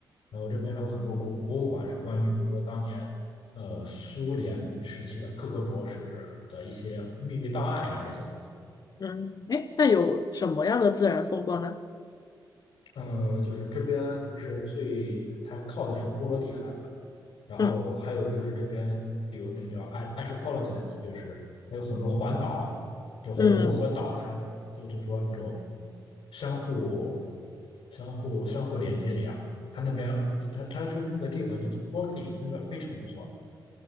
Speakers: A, on the left; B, on the left.
A: 然后这边还有很多国博物馆是关于，比如说当年，呃，苏联时期的克格勃是的一些秘密档案呀、这些东西。
B: 嗯，哎，那有什么样的自然风光呢？
A: 呃，就是这边不是最，它靠的是波罗的海嘛，然后还有就是这边有那个叫
B: 嗯
A: Atropologans，就是还有很多环岛，就湖和岛，
B: 嗯，
A: 它就就说那种相互、相互、相互连接这样。它那边，它它就是那个地方，那 f o r k i n g 那个非常不错。